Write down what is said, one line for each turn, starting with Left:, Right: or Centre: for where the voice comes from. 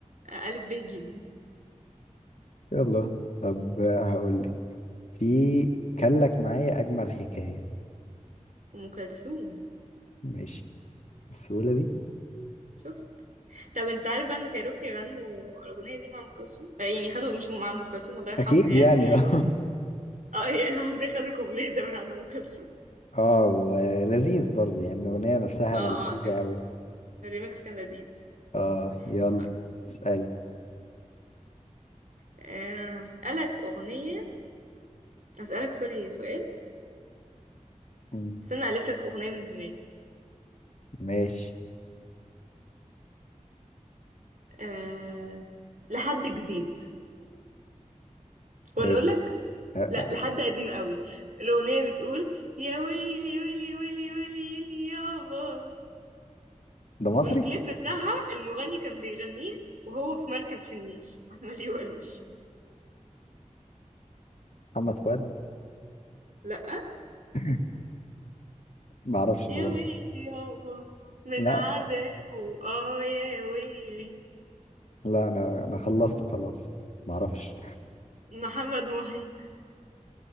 Right: الف ب ج
Left: يلا طب هقول لك في كان لك معايا اجمل حكاية
Right: ام كلثوم
Left: ماشي بالسهولة دي
Right: شفت طب انت عارف بقى ان كايروكي غنوا الاغنيه دي مع ام كلثوم آه، يعني خدوا مش مع ام كلثوم الله يرحمها
Left: اكيد
Right: يعني
Left: يعني <laughs>
Right: اه <laughs> يعني قصدي خدوا كوبليه ده من عند ام كلثوم
Left: اه ولذيذ برضو يعني الأغنية نفسها
Right: اه اه
Left: مم. لذيذة
Right: عجبني
Left: قوي
Right: الريميكس كان لذيذ
Left: اه يلا
Right: طيب
Left: اسألي
Right: أه هسألك أغنية هسألك سوري سؤال
Left: مم.
Right: استنى ألف لك أغنية من دماغي
Left: ماشي
Right: أه لحد جديد ولا
Left: هي
Right: أقول لك
Left: آه، آه،
Right: لا لحد قديم قوي الأغنية بتقول يا ويلي ويلي ويلي ويلي ويلي يابا
Left: ده مصري
Right: والكليب بتاعها المغني كان بيغنيه وهو في مركب في النيل <laughs> عمال يولول
Left: محمد فؤاد
Right: لا
Left: <laughs> معرفش
Right: يا
Left: خلاص
Right: ويلي يابا من
Left: لا
Right: عذابه اه يا ويلي
Left: لا انا انا خلصت خلاص معرفش
Right: محمد محي